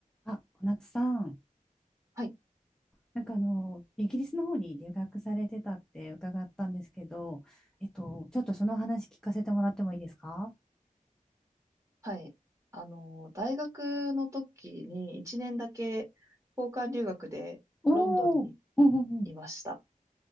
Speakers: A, in the centre; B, on the right (about 20°).
A: あ、小夏さん、
B: はい、
A: なんかあの、イギリスの方に留学されてたって伺ったんですけど、えっと、ちょっとその話聞かせてもらってもいいですか
B: はい。あの、大学の時に1年だけ交換留学でロンドンに
A: おおー、うんうんうん。
B: いました。